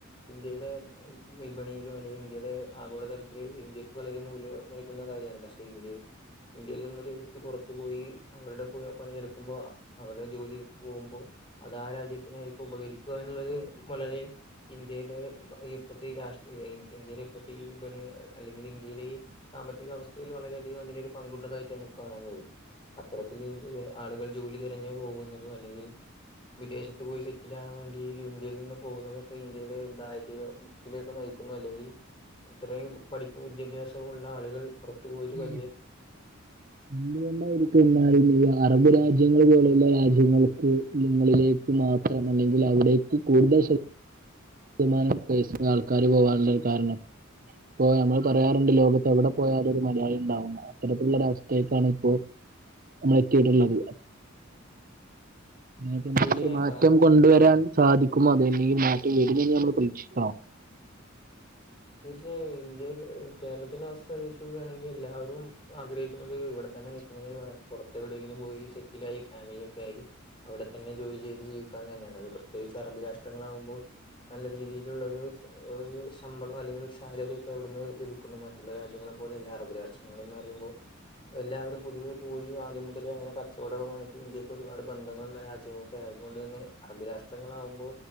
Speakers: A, on the left; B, on the right.
A: ഇന്ത്യയുടെ വിപണിയിലും അല്ലെങ്കിൽ ഇന്ത്യയുടെ ആഗോളതലത്തില് ഇന്ത്യക്ക് വളരെ മൂല്യ വന്ന കാര്യാണ് പക്ഷെ ഇന്ത്യൽ ഇന്ത്യയിള്ളൊരു പൊറത്തുപോയി അവരുടെ പോയി പണിയെടുക്കുമ്പോ അവരെ ജോലി പോകുമ്പോ അതാ ആ രാജ്യത്തിനായിക്കും ഉപകരിക്കുക എന്നുള്ളത് വളരെ ഇന്ത്യയിടെ ഈ ഇപ്പത്തെ രാഷ്ട്രീയ ഇൻ ഇന്ത്യയുടെ ഇപ്പത്തെ ഈ വിപണി ൽ അല്ലെങ്കിൽ ഇന്ത്യടെ ഈ കമ്മറ്റി കവസ്ഥയിൽ വളരെയധികം അതിന് ഒരു പങ്കുണ്ടതായിട്ട് മുക് കാണാൻ കഴിയും അത്തരത്തിൽ ല് ആളുകൾ ജോലി തിരഞ്ഞു പോകുന്നതും അല്ലെങ്കിൽ വിദേശത്ത് പോയി സെറ്റിലാവാൻ വേണ്ടി ഇന്ത്യയിൽ നിന്ന് പോകുന്നതൊക്കെ ഇന്ത്യയുടെ ഒരു ദാരിദ്ര്യത്തിലേക്ക് നയി കുന്നു അല്ലെങ്കിൽ ഇത്രയും പഠിപ്പും വിദ്യാഭ്യാസവും ഉള്ള ആളുകൾ പുറ ത്ത് പോയിറ്റു വ
B: <inaudible> എന്ത്‌കൊണ്ടായിരിക്കും എന്നാലും ഈ അറബ് രാജ്യങ്ങള് പോലെയുള്ള രാജ്യങ്ങൾക്ക് ഇടങ്ങളിലേക്ക് മാത്രം അല്ലെങ്കിൽ അവിടേക്ക് കൂടുതൽ ശക് മാനം കേസിന്ന് ആൾക്കാര് പോവാൻള്ള കാരണം ഇപ്പൊ ഞങ്ങൾ പറയാറുണ്ട് ലോകത്ത് എവിടെ പോയാലരു മലയാളി ണ്ടാവുന്ന് അത്തരത്തിലുള്ളൊര അവസ്ഥേക്കാണ് ഇപ്പോ നമ്മൾ എത്തിയിരുന്നത് <unintelligible>
A: തീർച്ചയായും
B: ഒരു മാറ്റം
A: കാരണം
B: കൊണ്ടുവരാൻ സാധിക്കുമോ അതല്ലെങ്കിൽ മാറ്റം വരുന്നില്ലെ നമ്മൾ പ്രതീക്ഷിക്കണോ
A: തീർച്ചയായും ഇന്ത്യയിൽ കേരളത്തിന്റെ അവസ്ഥ ലോചിക്കാണെങ്കിൽ എല്ലാവരും ആഗ്രഹിക്കുന്നത് ഇവിടെ തന്നെ നി <unintelligible> പുറത്തെ എവിടേങ്കിലും പോയി സെറ്റിൽ ആയി ഫാമിലി ഒക്കെ ആയി അവിടെ തന്നെ ജോലി ചെയ്ത് ജീവിക്കാ തന്നെണ് അത് പ്രത്യേകിച്ച് അറബി രാഷ്ട്രങ്ങളാവുമ്പോൾ നല്ല രീതിയിലുള്ളരു ഒരു ശമ്പളം അല്ലെങ്കിൽ ഒരു സാലറി ഒക്കെ അവിടുന്ന് ലഭിക്കുന്നു മറ്റുള്ള രാജ്യങ്ങളെ പോലെ അല്ല അറബ് രാഷ്ട്രങ്ങള് എന്ന് റയുമ്പോ എല്ലാവരും പൊതുവെ പോയി ആദ്യം മുതലേ അങ്ങനെ കച്ചവടവു മായിട്ട് ഇന്ത്യക്ക് ഒരുപാട് ബന്ധങ്ങളുള്ള രാജ്യവൂക് <unintelligible> തന്നെ അറബി രാഷ്ട്രങ്ങളാവുമ്പോ